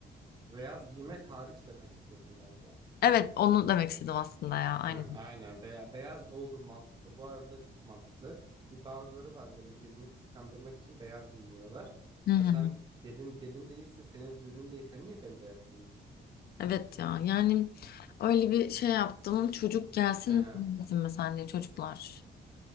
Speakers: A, on the right; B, on the left.
A: Beyaz giymek hariç demek istiyorsun galiba.
B: Evet onu demek istedim aslında ya aynen.
A: Hı, aynen Beya- beyaz olur mantıklı. Bu arada çok mantıklı. Di- Bazıları var böyle gelini kıskandırmak için beyaz giyiniyorlar.
B: Hı hı.
A: Ya sen gelin gelin değilsin senin düğünün değil sen niye bembeyaz giyindin?
B: Evet ya yani öyle bir şey yaptım çocuk gelsin
A: Hı hı.
B: mi gelmesin mi sence çocuklar?